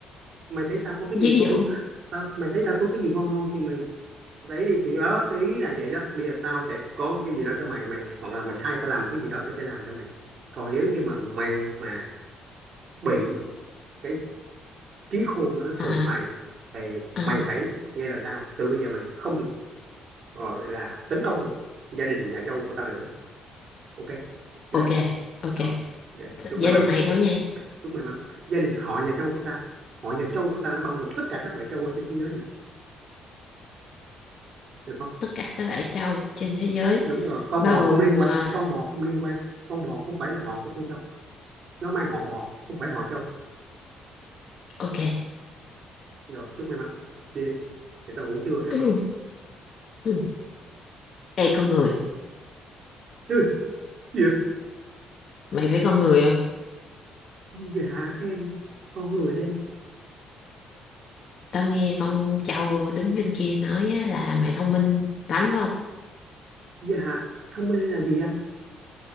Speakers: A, on the right; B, on the left.
A: mày thấy tao có cái
B: Ví
A: gì ngon
B: dụ.
A: tao mày thấy tao có cái gì ngon ngon thì mày lấy đi thì đó ý là vậy đó bây giờ tao sẽ có cái gì đó cho mày mày hoặc là mày sai tao làm một cái gì đó tao sẽ làm cho mày còn nếu như mà mày mà bị cái trí khôn nó, nó xử
B: À,
A: mày thì
B: à.
A: mày phải nghe lời tao từ bây giờ mày không được gọi là tấn công gia đình nhà Châu của tao nữa ok chơi
B: Ok,
A: không
B: ok.
A: rồi ok chúc
B: Giả
A: may mắn
B: định mày thôi nha.
A: chúc may mắn gia đình họ nhà Châu của tao họ nhà Châu của tao nó bao gồm tất cả các loại Châu ở trên thế giới này được không
B: Tất cả các loại châu trên thế giới
A: đúng rồi con
B: bao
A: bò
B: gồm
A: không liên quan
B: à,
A: con bò không liên quan con bò không phải là họ của con trâu nó mang họ bò không phải họ trâu
B: ok. <clears throat>
A: rồi chúc may mắn đi đi để tao ngủ chưa kêu
B: Ừ.
A: con
B: Ừ. Ê con người,
A: chứ gì vậy?
B: mày phải con người không?
A: dạ em con người đây
B: Tao nghe con châu đứng bên kia nói á, là mày thông minh lắm phải không?
A: dạ thông minh là gì anh